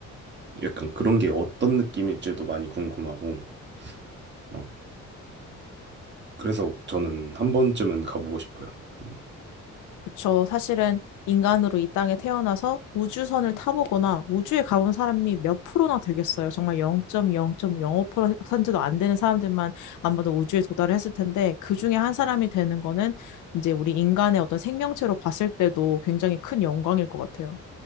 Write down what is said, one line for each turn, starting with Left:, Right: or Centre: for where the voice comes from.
Right: 약간 그런 게 어떤 느낌일지도 많이 궁금하고, 막, 그래서 저는 한 번쯤은 가보고 싶어요. 네,
Left: 그쵸. 사실은 인간으로 이 땅에 태어나서 우주선을 타보거나 우주에 가본 사람이 몇 프로나 되겠어요. 정말 0.0.05%도 안 되는 사람들만 아마도 우주에 도달을 했을 텐데 그 중에 한 사람이 되는 거는 이제 우리 인간의 어떤 생명체로 봤을 때도 굉장히 큰 영광일 것 같아요.